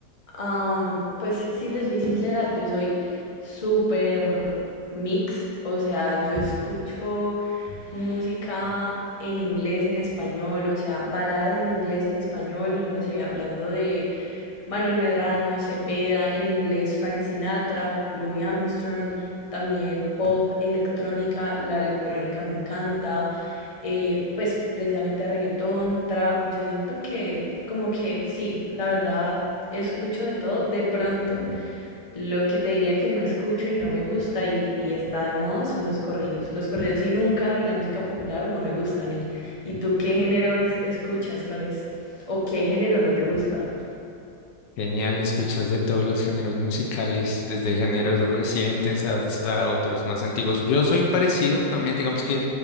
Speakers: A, on the left (about 20°); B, on the left (about 75°).
A: Am, pues si te soy sincera, yo soy súper mix, o sea, yo escucho música en inglés, en español, o sea, baladas en inglés y en español, no sé, hablando de Manuel Medrano, Cepeda, en inglés Frank Sinatra, Louis Armstrong, también pop, electrónica, la electrónica me encanta, eh, pues precisamente reggaetón, trap, yo siento que como que sí, la verdad escucho de todo, de pronto lo que te diría que no escucho y no me gusta y, y está de moda son los corridos, los corridos y nunca y la música popular no me gustan y, y tú qué géneros escuchas, cuál es o qué género no te gusta.
B: Genial, escuchas de todos los géneros musicales, desde géneros recientes hasta otros más antiguos. Yo soy parecido también, digamos que